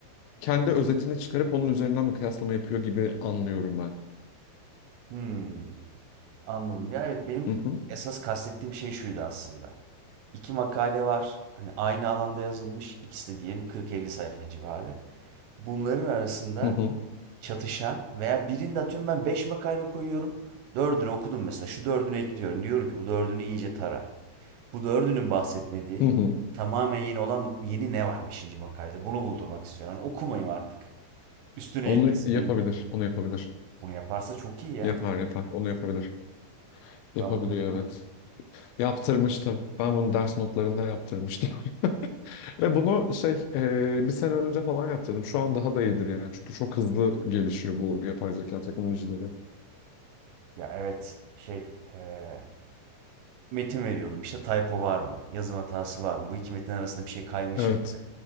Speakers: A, on the left; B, on the right.
A: kendi özetini çıkarıp onun üzerinden bir kıyaslama yapıyor gibi anlıyorum ben.
B: Hmm. Anladım. Ya evet benim
A: Hı hı,
B: esas kastettiğim şey şuydu aslında. İki makale var. Hani aynı alanda yazılmış. İkisi de diyelim 40-50 sayfa civarı. Bunların arasında
A: hı hı,
B: çatışan veya birinde atıyorum ben 5 makale koyuyorum. Dördünü okudum mesela. Şu dördünü ekliyorum. Diyorum ki bu dördünü iyice tara. Bu dördünün bahsetmediği
A: hı hı.
B: tamamen yeni olan yeni ne var beşinci makalede? Bunu buldurmak istiyorum. Yani okumayayım artık. Üstüne
A: Onu
B: eklesin
A: yapabilir,
B: benim bildiğim.
A: onu yapabilir.
B: Bunu yaparsa çok iyi ya.
A: Yapar yapar, onu yapabilir. Yapabiliyor
B: Ben bunu bilmiyorum.
A: evet. Yaptırmıştım. Ben bunu ders notlarında yaptırmıştım. <laughs> Ve bunu şey e, bir sene önce falan yaptırdım. Şu an daha da iyidir yani. Çünkü çok hızlı gelişiyor bu yapay zeka teknolojileri.
B: Ya evet şey eee, metin veriyordum İşte typo var mı? Yazım hatası var mı? Bu iki metin arasında bir şey kaymış
A: Evet.
B: mı?